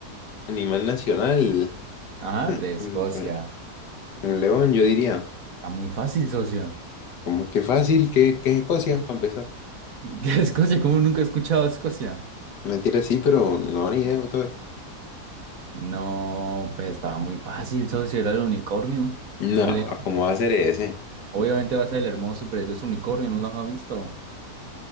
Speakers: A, on the left (about 85°); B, on the right (about 60°).
A: Animal nacional.
B: Ajá, de Escocia.
A: Un un león, yo diría.
B: Está muy fácil, socio.
A: Como que fácil, que, que es Escocia, para empezar.
B: <laughs> ¿Qué Escocia? ¿Cómo nunca he escuchado Escocia?
A: Mentira, sí, pero no, ni idea. todo.
B: No, pues estaba muy fácil, socio. Era el unicornio.
A: No,
B: No leo.
A: ¿cómo va a ser ese?
B: Obviamente va a ser el hermoso y precioso unicornio, no los ha visto.